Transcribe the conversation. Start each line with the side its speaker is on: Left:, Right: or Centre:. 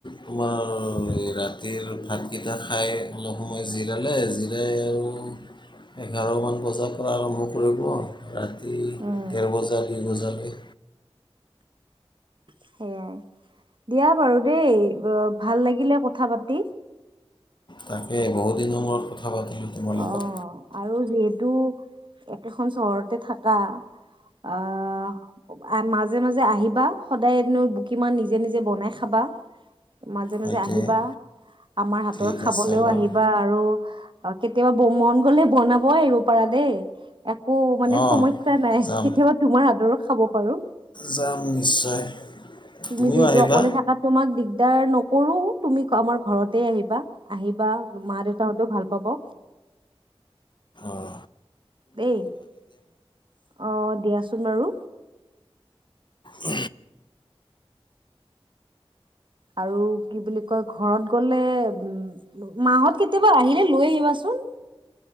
Left: তোমাৰ ৰাতিৰ ভাতকেইটা খাই অলপ সময় জিৰালে জিৰাই আৰু। এঘাৰমান বজাৰ পৰা আৰম্ভ কৰিব ৰাতি।
Right: উম
Left: ডেৰ বজাৰ দু বজাৰ। জালি।
Right: সেয়াই দিয়া বাৰু দেই ভাল লাগিলে কথা পাতি।
Left: তাকে বহুদিনৰ মূৰত কথা পাতিলোঁ। তোমাৰ লগত
Right: অঁ আৰু যিহেতু একেখন চহৰ। ঘৰতে থাকা। অঁ মাজে মাজে। যে, আহিবা সদায়নো বো কিমান নিজে নিজে বনাই খাবা। মাজে মাজে
Left: সেইটোৱে
Right: আহিবা আমাৰ হাতৰ
Left: ঠিক
Right: খাবলৈও
Left: আছে বাৰু
Right: আহিবা আৰু, কেতিয়াবা মন গ'লে বনাব আহিব পাৰা দেই। একো মানে
Left: অঁ
Right: সমহ্যা নাই
Left: যাম
Right: কেতিয়াবা তোমাৰ আদৰৰ। খাব পাৰো।
Left: যাম নিশ্চয়
Right: তুমি
Left: তুমিও
Right: যিহেতু
Left: আহিবা?
Right: অকলে থাকা তোমাক দিগদাৰ নকৰো তুমি আমাৰ ঘৰতে আহিবা। আহিবা মা দেউতাহঁতেও ভাল। পাব।
Left: অঁ।
Right: দেই অ দিয়াছোন কোন বাৰু
Left: উ
Right: আৰু কি বুলি কয় ঘৰত গলে উ মাহত কেতিয়াবা আহিলে লৈ আহিবাচোন